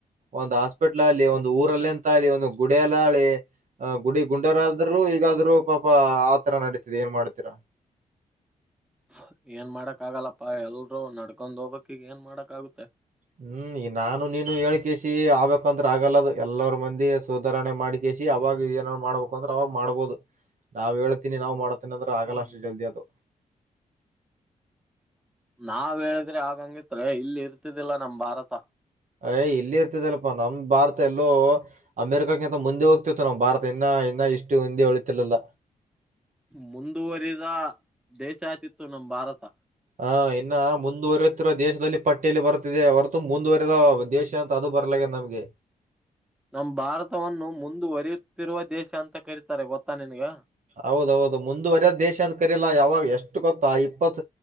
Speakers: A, on the right (about 55°); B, in the centre.
A: ಒಂದ್ ಹಾಸ್ಪಿಟ್ಲ ಅಲ್ಲಿ ಒಂದು ಊರಲ್ಲಂತ ಆಿ ಒಂದು ಗುಡ ಎಲ್ಲ ಆಳಿ ಆ ಗುಡಿ ಗುಂಡರಾದ್ರು ಈಗಾದ್ರು ಪಾಪಾ ಆತರ ನಡೀತಿದೆ ಏನ್ ಮಾಡ್ತೀರ
B: ಹ ಏನ್ ಮಾಡಕ್ ಆಗಲ್ಲಪ್ಪಾ ಎಲ್ರೂ ನಡ್ಕೊಂಡ್ ಹೋಗ್ಕ್ ಈಗ ಏನ್ ಮಾಡಾಕ್ ಆಗುತ್ತೆ
A: ಹ್ಮ್ ಈ ನಾನು ನೀನು ಹೇಳ್ಕಸ ಆಗ್ಬೇಕಂದ್ರ ಆಗಲ್ಲದು ಎಲ್ಲರ ಮಂದಿ ಸುಧಾರಣೆ ಮಾಡ್ಕ ಅವಾಗ ನ್ ಮಾಡ್ಬೇಕು ಅಂದ್ರೆ ಅವಾಗ್ ಮಾಡ್ಬಹದು ನಾವ್ ಹೇಳ್ತಿನಿ ನಾವು ಮಾಡ ಾದ್ರೂ ಆಗಲ್ಲ
B: ಹ್ಮ್
A: ಅಷ್ಟು ಜಲ್ದಿ ಅದು
B: ನಾವ್ ಹೇಳಿದ್ರೆ ಆಗಂಗಿತ್ ಇಲ್ಲಿ ಇರ್ತಿದ್ದಿಲ್ಲ ನಮ ಭಾರತ
A: ಯ್ ಇಲ್ಲಿ ಇರ್ತದಲ್ಪಾ ನಮ್ ಭಾರತ ಎಲ್ಲೋ ಅಮೆರಿಕಕ್ಕಿಂತ ಮುಂದೆ ಹೋಗ್ತಿತ್ತು ನಾ್ ಭಾರತ ಇನ್ನ ಇನ್ನ ಇಷ್ಟು ಹಂದೆ ಉಳತಿಲಲ್ಲ
B: ಮುಂದುವರಿದ ದೇಶ ಆತಿತ್ತು ನಮ ಭಾರತ
A: ಹ ಇನ್ನು ಮುಂದುವರಿತಿಿರೋ ದೇಶದಲ್ಲಿ ಪಟ್ಟಿಯಲ್ಲಿ ಬರ್ತಿದೆ ಹೊರತು ಮುಂದುವರೆದ ದೇಶ ಅಂತ ಅದು ಬರ್ಲಕ್ಕ ನಮ್ಗೆ
B: ನಮ ಭಾರತವನ್ನು ಮುಂದುವರಿಯುತ್ತಿರುವ ದೇಶ ಅಂತ ಕರಿತಾರೆ ಗೊತ್ತಾ ನಿನ್ಗ
A: ಹೌದೌದು ಮುಂದುವರೆ ದೇಶ ಅಂತ ಕರಿಲ್ಲ ಯಾವಾಗ ಎಷ್ಟು ಗೊತ್ತಾ ಇಪ್ಪತ್